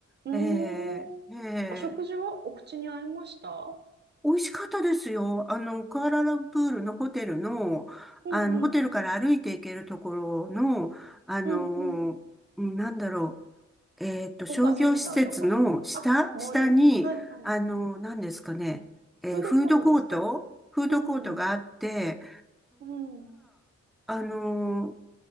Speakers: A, on the right; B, in the centre.
A: ん。
B: ええ、
A: うーん。
B: え
A: お食事はお口に合いました
B: え、美味しかったですよ。あの、クアラルンプールのホテルの、
A: うんうん。
B: あの、ホテルから歩いて行けるところの、あの、
A: うんうん。
B: うんなんだろう、えっと、
A: 他センターとかあ、
B: 商業施設の下、
A: モール。
B: 下に、
A: はいはい。
B: あの、何ですかね、えーフードコート、
A: フードコートですか
B: フードコートがあって、
A: うん。うん。
B: あの、